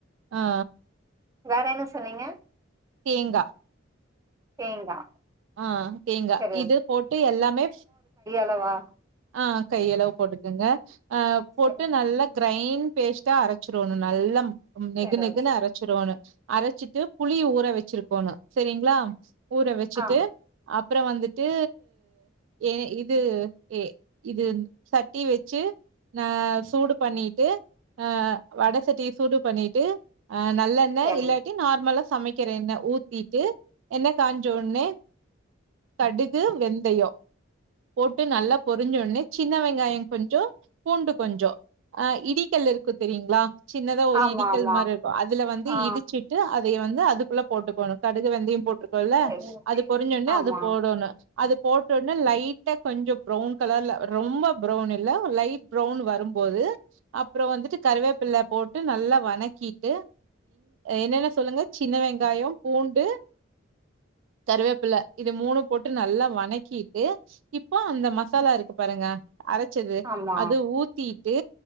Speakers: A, on the right; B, on the right.
A: ஆ
B: வேற என்ன சொன்னீங்க
A: தேங்கா
B: தேங்கா
A: ஆ தேங்கா
B: சரி
A: இது போட்டு எல்லாமே ஸ்
B: அலவா
A: ஆ கை அளவு போட்டுக்கங்க ஆ போட்டு
B: சரி
A: நல்லா க ஃபைன் பேஸ்ட்டா அரைச்சிரணு நல்ல உ நெகு
B: சரி
A: நெகுன்னு
B: ஓகே
A: அரைச்சிரனு அரைச்சிட்டு புளிய ஊற வச்சிருக்கோணு சேரிங்களா ஊர வச்சிட்டு
B: ஆ
A: அப் அப்புறோவந்துட்டு ஏ இது ஏ இது சட் ட்டி வச்சு ஆ சூடு பண்ணிட்டு அ வட சட்டிய சூடு பண்ணிட்டு ஆ நல்லெண்ண
B: சரி
A: இல்லாட்டி நார்மலாஸ் சமைக்கிற எண்ண ஊத்திட்டு எண்ண காஞ்சோனே கடுகு வெந்தயோ போட்டு நல்லா பொரிஞ்ச ஒன்னே சின்ன வெங்காயோ கொஞ்சோ பூண்டு கொஞ்சோ அ இடிக்கல் இருக்கு தெரியுங்களா சின்னதா ஒரு
B: ஆமா
A: இடிக்கல்
B: ஆமா
A: மாரி இருக்கு அதுல வந்து
B: ஆ
A: இடிச்சிட்டு அதையே வந்து துக்குள்ள போட்டுக்கணு கடுகு வெந்தயம் போட்றுக்கோல
B: சரி ஓகே
A: அது பொரிஞ்சோனே
B: ஆமா
A: அது போடணு அது போட்டோனே லைட்டா கொஞ்சோ ப்ரௌன் கலர்ல ரொம்ப ப்ரௌன் இல்ல லைட் ப்ரௌன் வரும்போது அப்புறோ வந்துட்டு கருவேப்பில போட்டு நல்லா வணக்கிட்டு என்னென்ன சொல்லுங்க சின்ன வெங்காயோ பூண்டு கருவேப்பில இது மூணு போட்டு நல்லா வணக்கிட் ஏ இப்போ அந்த மச் சாலா இருக்கு பாருங்க அரைச்சது
B: ஆமா
A: அது ஊத்தி து